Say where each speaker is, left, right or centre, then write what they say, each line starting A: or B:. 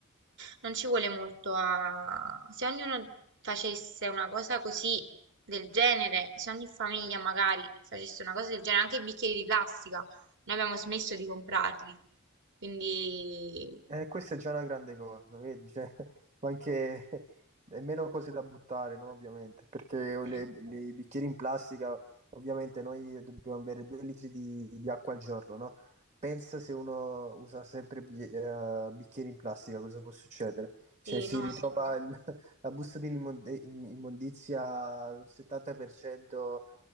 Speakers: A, on the right; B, on the right.
A: Non ci vuole molto a... Se ognuno facesse una cosa così del genere, se ogni famiglia magari facesse una cosa del genere, anche i bicchieri di plastica, noi abbiamo smesso di comprarli. Quindi...
B: Eh, questa è già una grande cosa, vedi? Cioè, <laughs> ma anche è meno cose da buttare, no? Ovviamente, perché
A: Eh,
B: le,
A: infatti.
B: le bicchieri in plastica, ovviamente noi dobbiamo bere due litri di, di acqua al giorno, no? Pensa se uno usa sempre bi- eh, bicchieri in plastica, cosa può succedere? Cioè,
A: Sì,
B: si
A: no,
B: ritrova
A: infatti.
B: il- <laughs> la busta di immondizia al 70%